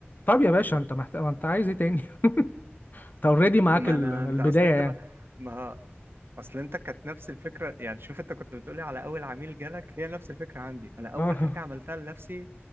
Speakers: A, on the left (about 45°); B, on the right (about 60°).
A: طب يا باشا انت محتاج انت عايز ايه تاني <laughs> انت اوريدي معاك
B: ما
A: ال-
B: أنا
A: البدايه
B: أنت أصل أنت
A: يعني
B: ما ما اصل انت كانت نفس الفكره يعني شوف انت كنت بتقولي على اول عميل جالك هي نفس الفكره عندي
A: <laughs>
B: انا اول
A: اه
B: حاجه عملتها لنفسي